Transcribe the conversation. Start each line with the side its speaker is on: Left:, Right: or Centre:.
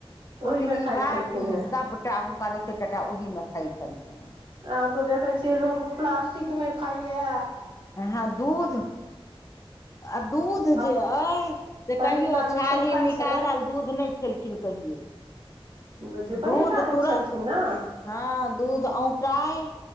Left: फुल्ही
Right: ओहिमे खाइ
Left: बाटी
Right: छलखिन हेँ
Left: सभटा हुनका राइते टाटा ओहीमे खाइ छलखिन ह
Right: आब तऽ देखै छियै लोक प्लास्टिकमे खाइया
Left: अह दूध आ दूध
Right: आ
Left: जे अय से
Right: पहिलुका
Left: कहियओ
Right: लोकसभ
Left: छाली
Right: खाइ
Left: निकालल
Right: छलए
Left: दूध नहि खेलखिन कहियो
Right: बुझियौ पहिलुका
Left: दूध
Right: लोक
Left: तुरत
Right: छलखिन ने
Left: हँ दूध औटाइ